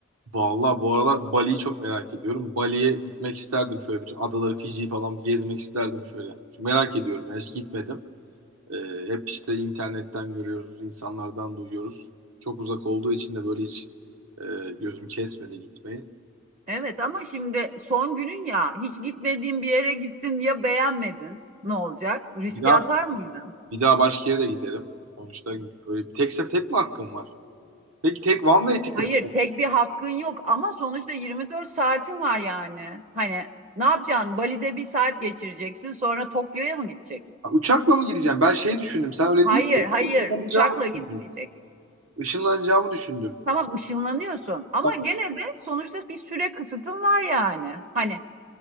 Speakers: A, on the right; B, on the right.
A: vallahi bu aralar Bali'yi çok merak ediyorum. Bali'ye gitmek isterdim şöyle bütün adaları Fiji'yi falan bir gezmek isterdim şöyle. Çünkü merak ediyorum yani hiç gitmedim. Ee, hep işte internetten görüyoruz, insanlardan duyuyoruz. Çok uzak olduğu için de böyle hiç e, gözüm kesmedi gitmeyi.
B: Evet ama şimdi son günün ya hiç gitmediğin bir yere gittin ya beğenmedin ne olacak? Riske
A: Bir daha
B: atar mıydın?
A: bir daha başka yere de giderim. Sonuçta öyle bir tek tek mi hakkım var? Tek tek one way ticket.
B: Hayır tek bir hakkın yok ama sonuçta 24 saatin var yani. Hani ne yapacaksın? Bali'de bir saat geçireceksin, sonra Tokyo'ya mı gideceksin?
A: Uçakla mı gideceğim? Ben şey düşündüm. Sen öyle
B: Hayır,
A: değil mi?
B: hayır.
A: Işınlanacağımı
B: Uçakla
A: düşündüm.
B: gitmeyeceksin.
A: Işınlanacağımı düşündüm.
B: Tamam ışınlanıyorsun ama
A: Tamam.
B: gene de sonuçta bir süre kısıtın var yani. Hani